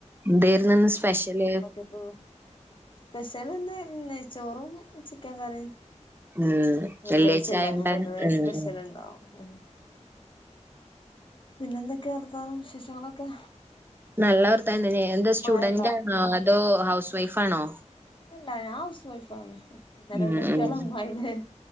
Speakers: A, on the right; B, on the left.
A: എന്തേ ര്ന്നു ഇന്ന് സ്പെഷ്യല്
B: എപ്പോ സ്പെഷ്യൽ ഇന്ന് നെയ്ചോറും ചിക്കൻ കറിയും.
A: ഉം
B: വെള്ളിയാഴ്ച ല്ലേ
A: ആയോണ്ട്
B: അപ്പൊ പൊതുവേ
A: ഉം
B: സ്പെഷ്യൽ
A: ഉം
B: ഇണ്ടാവും ഉം പിന്നെ എന്തൊക്കെയാ വർത്ഥാനം വിശേഷങ്ങളൊക്കെ?
A: നല്ല വർത്താനം എന്തോ സ്റ്റുഡന്റണോ
B: മഴണ്ടോ
A: അതോ ഹൗസ് വൈഫാണോ?
B: അല്ലല്ല ഞാൻ ഹൗസ് വൈഫ് ആണ്
A: ഉം
B: രണ്ട് കുട്ടിക
A: ഉം
B: െള അമായി ലേ